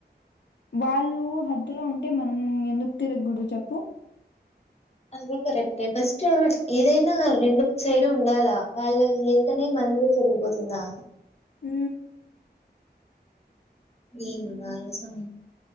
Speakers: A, on the left; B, on the left.
A: వాళ్ళు హద్దులో ఉంటే మనం ఎందుకు తిరగకూడదు చెప్పు.
B: అది కరెక్ట్ అదే ఫస్ట్ ఏదైనా రెండు సైడ్ ఉండాలా. వాళ్ళ లేకనే మనలీ జరిగపోంది న్నా
A: హ
B: ఏమన్నారు స